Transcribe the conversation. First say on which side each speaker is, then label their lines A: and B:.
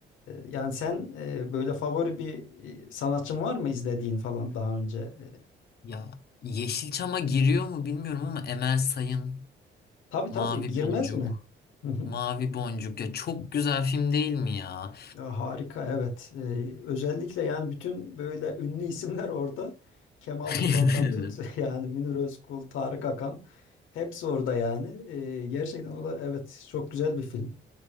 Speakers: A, on the left; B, on the left.
A: yani sen e, böyle favori bir e, sanatçın var mı izlediğin falan daha önce? E,
B: Ya Yeşilçam'a giriyor mu bilmiyorum ama Emel Sayın,
A: tabii
B: Mavi
A: tabii girmez
B: Boncuk,
A: mi? <laughs>
B: Mavi Boncuk ya çok güzel film değil mi ya?
A: Ya harika evet. Ee, özellikle yani bütün böyle ünlü <laughs> isimler orada. Kemal
B: <laughs>
A: Sunal'dan
B: Evet.
A: tut <laughs> yani Münir Özkul, Tarık Akan hepsi orada yani. Ee, gerçekten o da evet çok güzel bir film.